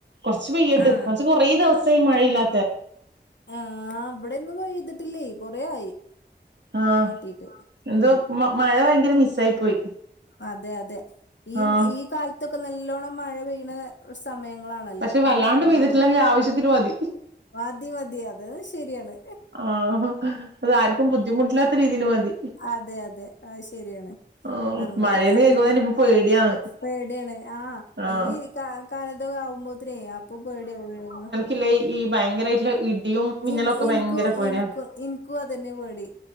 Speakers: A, on the right; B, on the left.
A: കൊറച്ച് പെയ്യട്ട്
B: ആഹ്
A: പക്ഷെ കൊറേ ദിവസായി മഴയില്ലാത്തെ
B: ആഹ് ഇവിടൊന്നും പെയ്തിട്ടില്ലെ കൊറേആയി
A: ആഹ്
B: മഴ കിട്ടീട്ട് ഹ്
A: എന്തോ മഴ ഭയങ്കര മിസ്സായി പോയി
B: അതെ അതെ ഈ
A: ആഹ്
B: ഈ കാലത്തൊക്കെ നല്ലോണം മഴ പെയ്യണ സമയങ്ങളാണല്ലോ
A: പക്ഷെ വല്ലാണ്ട്
B: ഈ കടന്ന്
A: പെയ്തിട്ടില്ലെങ്കിൽ
B: പോണത്
A: ആവശ്യത്തിന് മതി
B: മതി മതി അത് ശരിയാണ്
A: ആഹ് അത് ആർക്കും ബുദ്ധിമുട്ടില്ലാത്ത രീതിൽ മതി
B: അതെയതെ അത് ശരിയാണ്
A: ആഹ്
B: പറഞ്ഞപ്പൊ
A: മഴേന്ന്
B: ഹ്
A: കേക്കുമ്പോ തന്നെ
B: ഹ്
A: ഇപ്പ പേടിയാണ്
B: പേടിയാണ് ആഹ്
A: ആഹ്
B: ഈ കാലത്തക്കാവുമ്പോത്തിനേ അപ്പൊ പേടിയാവോര്ന്ന്
A: ഇല്ലഈ ഭയങ്കരായിട്ട്ള്ള ഇടിയും മിന്നലൊക്കെ
B: ൻ ഇൻക്കും
A: ഭയങ്കര പേടിയാ
B: അതെന്നെ പേടി